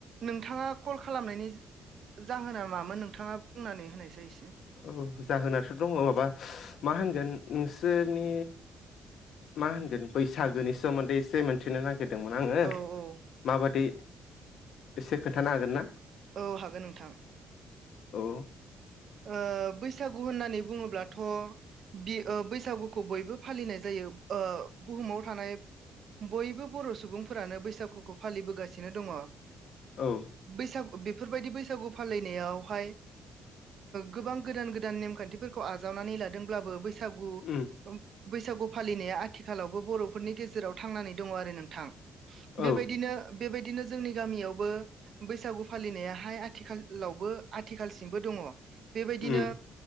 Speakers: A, on the right; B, on the left.
A: नोंथाङा कल खालामनायनि जाहोना मामोन नोंथाङा बुंनानै होनायसै एसे
B: औ जाहोनाथ' दङ माबा मा होनगोन नोंसोरनि मा होनगोन बैसागोनि सोमोन्दै एसे मोनथिनो नागिरदोंमोन आङो
A: औ औ
B: माबादि एसे खोन्थानो हागोन ना?
A: औ हागोन नोंथां।
B: औ
A: ओ बैसागु होननानै बुङोब्ला थ' बे बैसागुखौ बयबो फालिनाय जायो बुहुमाव थानाय बयबो बर' सुबुंफोरानो बैसागुखौ फालिबोगासिनो दङ।
B: औ
A: बैसागु बेफोरबायदि बैसागु फालिनायावहाय गोबां गोदान गोदान नेमखान्थिफोरखौ आजावनानै लादोंब्लाबो बै बसागु
B: उम
A: बैसागु फालिनाया आथिखालावबो बर'फोरनि गेजेराव थांनानै दङ आरो नोंथां बेबायदिनो
B: औ
A: बेबायदिनो जोंनि गामियावबो बैसागु फालिनायाहाय आथिखालावबो आथिखालसिमबो दङ । बेबायदिनो
B: उम